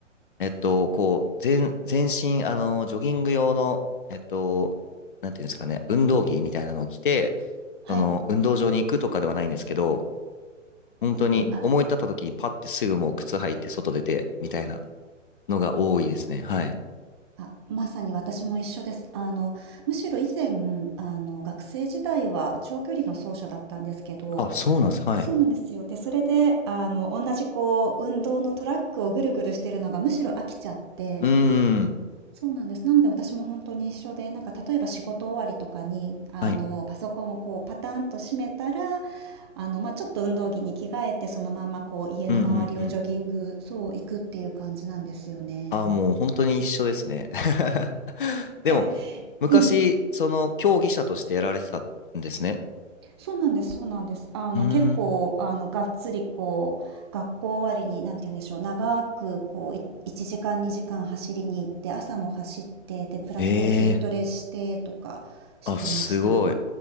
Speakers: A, on the left (about 40°); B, on the right (about 20°).
A: えっと、こう、全、全身、あのージョギング用の、えっと、なんていうんですかね、運動着みたいなのを着て、
B: はい。
A: その、運動場に行くとかではないんですけど、本当に思い立った時にパッてすぐもう靴履いて外出てみたいな
B: うんうん。あ
A: のが多いですね。はい。
B: あ、まさに私も一緒です。あの、むしろ以前、あの、学生時代は長距離の走者だったんですけど、
A: あ、そうなんです。はい。
B: そうなんですよ。で、それで、あの、同じこう、運動のトラックをぐるぐるしてるのがむしろ飽きちゃって、
A: うーん。
B: そうなんです。なので私も本当に一緒で、なんか例えば仕事終わりとかに、あの、
A: はい。
B: パソコンをこう、パターンと閉めたら、あの、まあ、ちょっと運動着に着替えて、そのままこう、家の周りをジョギング、
A: うんうんうん。
B: そう、行くっていう感じなんですよね。
A: あ、もう本当に一緒ですね。<laughs> でも、
B: えー
A: 昔、
B: うん
A: その競技者としてやられてたんですね。
B: そうなんです、そうなんです。あの、
A: うーん。
B: 結構、あの、がっつり、こう、学校終わりに、なんて言うんでしょう、長く、こう、い1時間、2時間走りに行って、朝も走って、で、プラス、
A: ええー
B: こう、筋トレしてとかしてました。
A: あ、すごい。